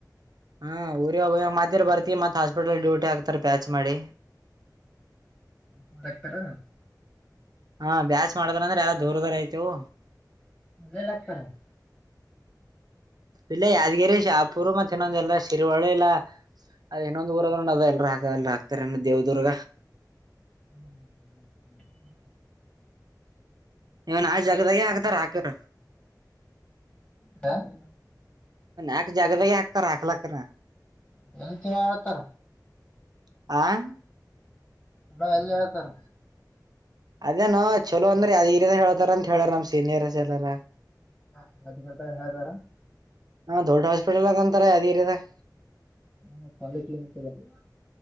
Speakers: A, on the right (about 65°); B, on the left (about 20°).
A: ಹ್ಮ ಊರಿ <unintelligible> ಮತ್ತರ್ ಬರ್ತಿ ಮತ್ ಹಾಸ್ಪಿಟಲ್ ಡೂಟಿ ಹಾಕ್ತಾರ್ ಪ್ಯಾಚ್ ಮಾಡಿ.
B: ಕಡಕ್ತಾರ <unintelligible>
A: ಹಾ ಬ್ಯಾಚ್ ಮಾಡಿದ್ರ ಅಂದ್ರೆ ಎಲ್ಲ ದೂರ ದೂರ ಆಯ್ತೇವು.
B: ಮಲ್ಲ ಆಗ್ತಾರ <unintelligible>
A: ಇಲ್ಲೇ ಯಾದಗಿರಿ, ಶಾಪುರ್ ಮತ್ತೆ ಇನ್ನೊಂದಎಲ್ಲ ಶಿರಿವಾಳ ಇಲ್ಲ ಅದ್ ಇನೊಂದ್ ಊರದ ಅದ ಎಲ್ಲರ <unintelligible> ಎ ಹಾತಾರೆ ದೇವದುರ್ಗ.
B: ಹ್ಮ್್ಮ <inaudible>
A: ಇವನ್ ಆ ಜಾಗದಾಗೆ ಹಾತಾರ ಆಕಿದ್ರ.
B: ಹಾ <inaudible>
A: ಆ ಜಾಗಬೇಕಗೆ ಯಕತ ರಾಕ್ಲಕ್ಕಣ <unintelligible>
B: ಎಲ್ಲಿ ಚಲ ಹೇಳ್ತಾರ
A: ಆ <inaudible>
B: ಬ್ರೋ ಎಲ್ಲಿ ಹೇಳ್ತಾರ
A: ಅದೇನೊ ಚಲೋ ಅಂದ್ರೆ ಅದ ಇರಿದಾ <unintelligible> ಹೇಳ್ತಾರ ಅಂತ ಹೇಳಾರ ನಮ್ ಸೀನಿಯರ್ ಎಲ್ಲಾರ.
B: ಹ ಅದ ಬರ್ದ ಹೇತಾರ <unintelligible>
A: ಅಣ್ಣಾ ದೊಡ್ಡ ಹಾಸ್ಪಿಟಲ್ ಆದ ಅಂತಾಲ ಯಾದಗಿರಿದಾಗ.
B: ಹಾ ಕಾಲೇಜ್ಲ ಬ <unintelligible> <inaudible>